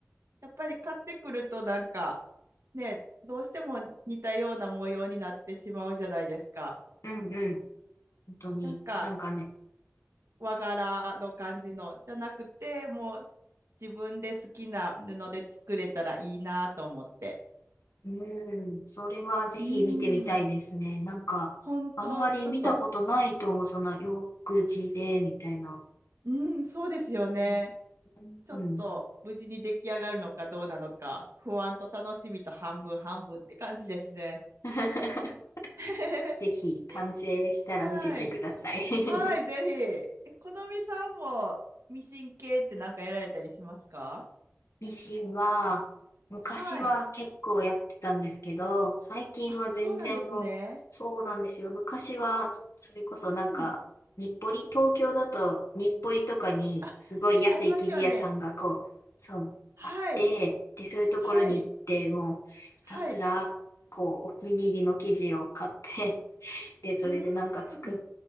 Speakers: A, on the right (about 75°); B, on the left (about 85°).
A: やっぱり買ってくるとなんかね、どうしても似たような模様になってしまうじゃないですか。
B: うんうん。本当に。
A: なんか
B: なんかね。
A: 和柄の感じのじゃなくて、もう自分で好きな布で作れたらいいなと思って。
B: うん。それはぜひ見てみたいですね。
A: うーん、
B: なんか、
A: 本当ちょっと、
B: あんまり見たことないと思う。そんな洋服地で、みたいな。
A: うーん、そうですよね。
B: えー、
A: ちょっと無事に出来上がるのかどうなのか、
B: うん。
A: 不安と楽しみと半分半分って感じですね。
B: <laughs>
A: <laughs>
B: ぜひ、完成したら見せてください。
A: はい。
B: <laughs>
A: はい、ぜひ。え、このみさんもミシン系ってなんかやられたりしますか
B: ミシンは、昔は結構やってたんですけど、
A: はい。
B: 最近は全然もう、
A: あ、そうなんですね。
B: そうなんですよ。昔は、それこそなんか、
A: うん。
B: 日暮里、東京だと日暮里とかに、
A: あ、
B: すごい安い生地屋さんがこう、
A: ありますよね。
B: そう、
A: はい。
B: あって、で、そういうところに行って、
A: はい。
B: もう、ひたすら、
A: はい。
B: こう、お気に入りの生地を買って、<laughs> で、それでなんか作っ
A: うーん。